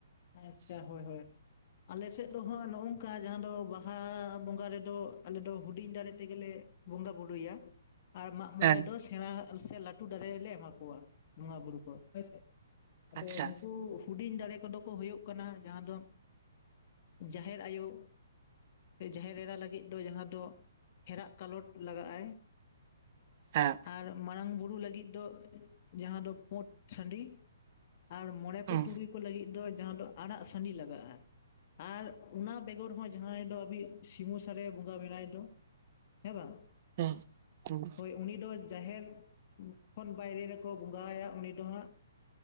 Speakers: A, on the left; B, on the right.
A: ᱟᱪᱪᱷᱟ, ᱦᱳᱭ ᱦᱳᱭ᱾ ᱟᱞᱮ ᱥᱮᱫ ᱫᱚ ᱦᱟᱸᱜ ᱱᱚᱜᱼᱚ ᱱᱚᱝᱠᱟ ᱡᱟᱦᱟᱸ ᱫᱚ ᱵᱟᱦᱟ ᱵᱚᱸᱜᱟ ᱨᱮᱫᱚ ᱟᱞᱮ ᱫᱚ ᱦᱩᱰᱤᱧ ᱫᱟᱬᱮ ᱛᱮᱜᱮᱞᱮ ᱵᱩᱸᱜᱟ ᱵᱩᱨᱩᱭᱟ᱾ ᱟᱨ ᱢᱟᱜ ᱢᱚᱬᱮ
B: ᱦᱮᱸ
A: ᱫᱚ ᱥᱮᱬᱟ ᱥᱮ ᱞᱟᱹᱴᱩ ᱫᱟᱬᱮ ᱞᱮ ᱮᱢᱟ ᱠᱚᱣᱟ ᱵᱚᱸᱜᱟ ᱵᱩᱨᱩ ᱠᱚ ᱦᱳᱭᱥᱮ᱾ ᱟᱫᱚ
B: ᱟᱪᱪᱷᱟ
A: ᱱᱩᱠᱩ ᱦᱩᱰᱤᱧ ᱫᱟᱬᱮ ᱠᱚᱫᱚ ᱠᱚ ᱦᱩᱭᱩᱜ ᱠᱟᱱᱟ ᱡᱟᱦᱟᱸ ᱫᱚ ᱡᱟᱦᱮᱨ ᱟᱭᱳ᱾ ᱥᱮ ᱡᱟᱦᱮᱨ ᱮᱨᱟ ᱞᱟᱹᱜᱤᱫ ᱫᱚ ᱡᱟᱦᱟᱸ ᱫᱚ ᱦᱮᱲᱟᱜ ᱠᱟᱞᱚᱴ ᱞᱟᱜᱟᱜᱼᱟᱭ᱾
B: ᱦᱮᱸ᱾
A: ᱟᱨ ᱢᱟᱨᱟᱝ ᱵᱩᱨᱩ ᱞᱟᱹᱜᱤᱫ ᱫᱚ ᱡᱟᱦᱟᱸ ᱫᱚ ᱯᱩᱸᱰ ᱥᱟᱺᱰᱤ᱾ ᱟᱨ ᱢᱚᱬᱮ
B: ᱦᱩᱸ
A: ᱠᱚ ᱛᱩᱲᱩᱭ ᱠᱚ ᱞᱟᱹᱜᱤᱫ ᱫᱚ ᱡᱟᱦᱟᱸ ᱫᱚ ᱟᱲᱟᱜ ᱥᱟᱺᱰᱤ ᱞᱟᱜᱟᱜᱼᱟᱭ᱾ ᱟᱨ ᱚᱱᱟ ᱵᱮᱜᱚᱨ ᱦᱚᱸ ᱡᱟᱦᱟᱸᱭ ᱫᱚ ᱟᱵᱚᱭᱤᱡ ᱥᱤᱢᱟᱹ ᱥᱟᱬᱮ ᱵᱚᱸᱜᱟ ᱢᱮᱱᱟᱭ ᱫᱚ᱾ ᱦᱮᱸ ᱵᱟᱝ,
B: ᱦᱩᱸ ᱦᱩᱸ
A: ᱦᱳᱭ ᱩᱱᱤ ᱫᱚ ᱡᱟᱦᱮᱨ ᱠᱷᱚᱱ ᱵᱟᱭᱨᱮ ᱨᱮᱠᱚ ᱵᱚᱸᱜᱟ ᱟᱭᱟ ᱩᱱᱤ ᱫᱚ ᱦᱟᱸᱜ,